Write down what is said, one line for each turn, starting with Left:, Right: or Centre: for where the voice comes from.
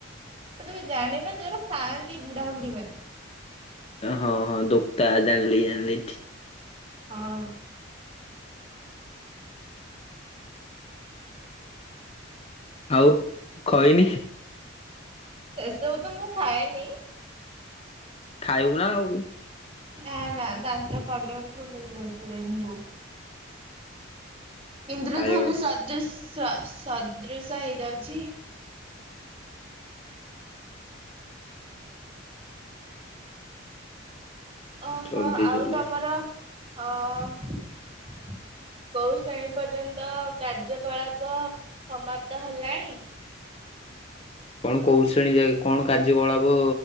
Right: ତମେ ଜାଣିନ ଜଗୁରା ଖାଆନ୍ତି ବୁଢାବୁଢ଼ୀ ମାନେ।
Left: ହଁ ହଁ ଦୋକତା ଜାଣିଲି ଜାଣିଲି ଠିକ
Right: ହଁ।
Left: ଆଉ ଖଇନି।
Right: ସେସବୁ ତ ମୁଁ ଖାଏନି।
Left: ଖାଇବୁ ନା ଆଉ।
Right: ନା ନା ଦାନ୍ତ କଲର ଫୁଲ ହେଇଯାଉଛି ରେନବୋ। ଇନ୍ଦ୍ରଧନୁ
Left: ଖାଇବା
Right: ସଦୃଶ ସଦୃଶ ହେଇଯାଉଛି।
Left: କଥା
Right: ଓହୋ
Left: ଜଲ୍ଦି
Right: ଆଉ
Left: ଜଲ୍ଦି
Right: ତମର ଆଁ କୋଉ ଶ୍ରେଣୀ ପର୍ଯ୍ୟନ୍ତ କାର୍ଯ୍ୟକଳାପ ସମାପ୍ତ ହେଲାଣି।
Left: କଣ କୋଉ ଶ୍ରେଣୀ ଯାକେ କଣ କାର୍ଯ୍ୟକଳାବ